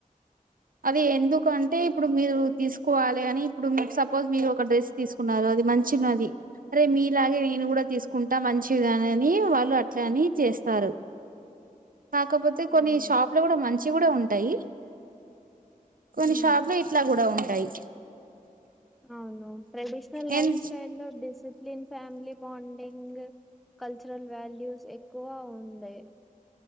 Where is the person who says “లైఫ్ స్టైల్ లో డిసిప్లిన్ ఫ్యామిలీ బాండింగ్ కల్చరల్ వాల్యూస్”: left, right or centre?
Centre